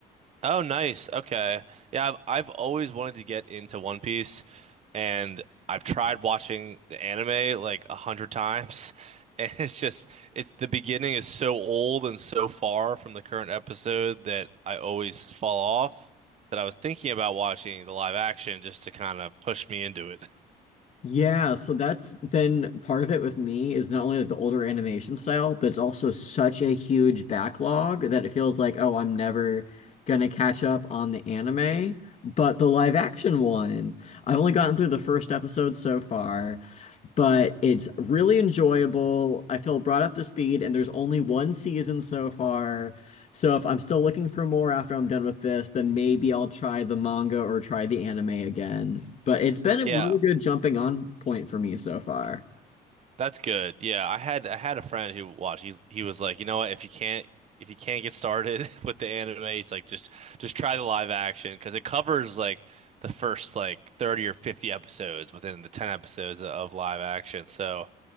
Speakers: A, on the right; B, on the left.
A: Oh, nice. Okay. Yeah, I've, I've always wanted to get into One Piece, and I've tried watching the anime like a hundred times, <laughs> and it's just it's the beginning is so old and so far from the current episode that I always fall off that I was thinking about watching the live action just to kind of push me into it.
B: Yeah, so that's been part of it with me is not only like the older animation style, but it's also such a huge backlog that it feels like, oh, I'm never gonna catch up on the anime. But the live action one, I've only gotten through the first episode so far but it's really enjoyable. I feel brought up to speed, and there's only one season so far. So if I'm still looking for more after I'm done with this, then maybe I'll try the manga or try the anime again. But it's been a
A: Yeah,
B: really good jumping on point for me so far.
A: That's good. Yeah, I had I had a friend who watched. He's he was like, you know what? If you can't if you can't get started <laughs> with the anime, he's like just just try the live action because it covers like the first like 30 or 50 episodes within the 10 episodes of live action. So